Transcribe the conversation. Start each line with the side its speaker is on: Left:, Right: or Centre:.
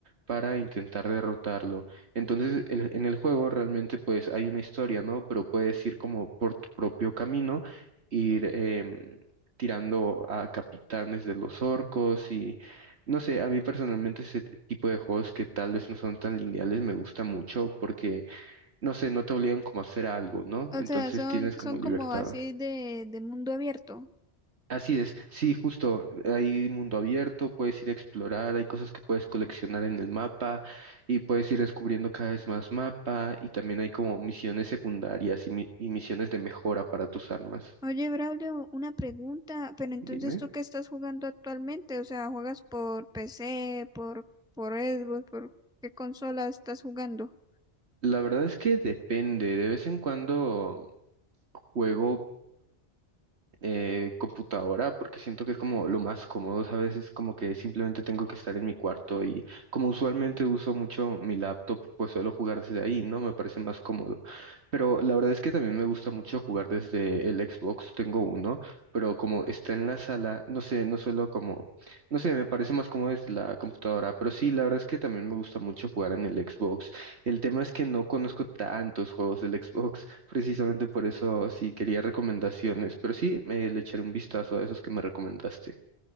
Right: para intentar derrotarlo. Entonces, el- en el juego realmente pues hay una historia, ¿no? Pero puedes ir como por tu propio camino, ir em, tirando a capitanes de los orcos y no sé, a mí personalmente ese t- tipo de juegos que tal vez no son tan lineales me gusta mucho porque, no sé, no te obligan como a hacer algo, ¿no?
Centre: O
Right: Entonces
Centre: sea, son,
Right: tienes
Centre: son
Right: como libertad.
Centre: como así de, de mundo abierto.
Right: Así es, sí, justo, hay mundo abierto, puedes ir a explorar, hay cosas que puedes coleccionar en el mapa y puedes ir descubriendo cada vez más mapa y también hay como misiones secundarias y, mi- y misiones de mejora para tus armas.
Centre: Oye, Braulio, una pregunta, pero entonces
Right: Dime.
Centre: tú qué estás jugando actualmente, o sea, ¿juegas por PC, por, por Xbox, por qué consola estás jugando?
Right: La verdad es que depende, de vez en cuando juego eh, computadora porque siento que es como lo más cómodo, a veces como que simplemente tengo que estar en mi cuarto y como usualmente uso mucho mi laptop, pues suelo jugar desde ahí, ¿no? Me parece más cómodo. Pero la verdad es que también me gusta mucho jugar desde el Xbox, tengo uno, pero como está en la sala, no sé, no suelo como, no sé, me parece más cómodo desde la computadora, pero sí, la verdad es que también me gusta mucho jugar en el Xbox. El tema es que no conozco tantos juegos del Xbox. Precisamente por eso sí quería recomendaciones, pero sí eh, le echaré un vistazo a esos que me recomendaste.